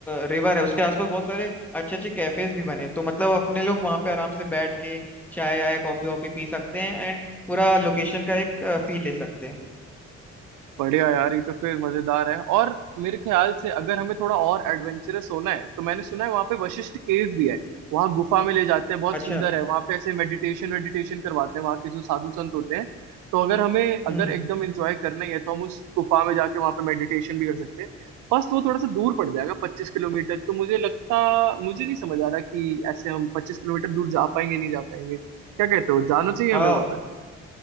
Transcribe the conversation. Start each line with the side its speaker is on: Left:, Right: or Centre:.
Centre: रिवर है उसके आसपास बहुत सारे अच्छे अच्छे कैफेज भी बने हैं। तो मतलब अपने लोग वहाँ पे आराम से बैठ के चाय आय कॉफी वॉफी पी सकते हैं एंड पूरा लोकेशन का एक फील ले सकते हैं
Right: बढ़िया यार ये तो फिर मजेदार है और मेरे ख्याल से अगर हमें थोड़ा और एडवेंचरस होना है तो मैंने सुना है वहां पे वशिष्ठ केव भी है वहां गुफा में ले जाते हैं बहुत
Centre: अच्छा
Right: सुंदर है वहां पे ऐसे मेडिटेशन वेडिटेशन करवाते हैं वहां के जो साधु संत होते हैं तो अगर हमें अगर
Centre: हम्म हम्म
Right: एकदम एंजॉय करना ही है तो हम उस गुफा में जाके वहां पे मेडिटेशन भी कर सकते हैं बस वो थोड़ा सा दूर पड़ जाएगा पच्चीस किलोमीटर तो मुझे लगता मुझे नहीं समझ आ रहा कि ऐसे हम पच्चीस किलोमीटर दूर जा पाएंगे नहीं जा पाएंगे क्या कहते हो जाना चाहिए
Centre: हाँ
Right: हमें वहां पे